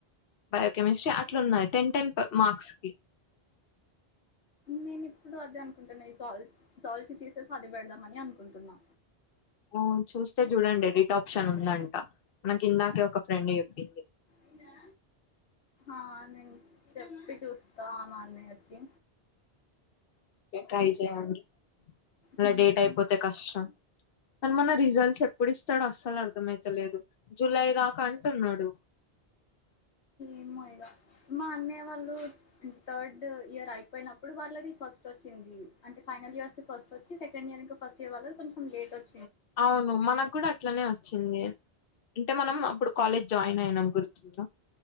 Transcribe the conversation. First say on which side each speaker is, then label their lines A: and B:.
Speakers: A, on the left (about 60°); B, on the left (about 85°).
A: biochemistry అట్లున్నాయి టెన్ టెన్ మార్క్స్ కి
B: నేను ఇప్పుడు అదే అనుకుంటున్నా ఈ జల్ జాల్చి తీసేసి అది పెడదామని అనుకుంటున్నా
A: అబ్ చూస్తే చూడండి ఎడిట్ ఆప్షన్ ఉందంట మనకి ఇందాకే ఒక ఫ్రెండ్ చెప్పింది
B: ఉందా ఆ నేను చెప్పి చూస్తా ఆ మా అన్నయ్యకి
A: ట్రై చేయండి ఇంకా
B: హ్మ్.
A: డేట్ అయిపోతే కష్టం కానీ మన రిజల్ట్స్ ఎప్పుడు ఇస్తాడో అసలు అర్థ అయితలేదు జూలై డా కా అంటున్నాడు
B: ఏమోగా మా అన్నయ్య వాళ్ళు అంటే థర్డ్ ఇయర్ అయిపోయినప్పుడు వాళ్ళది ఫస్ట్ వచ్చంది అంటే ఫైనల్ ఇర్స్స్త ఫస్ వచ్చి సెకండ్ ఇయర్ ఇం ఫస్ట్ ఇయర్ వాల్ల కొంచం లేట్ వచ్చ
A: అవును మనకు కూడా అట్లనే వచ్చింది అంటే మనం అప్పుడు కాలేజ్ జాయిన్ అయినాం గుర్తుంద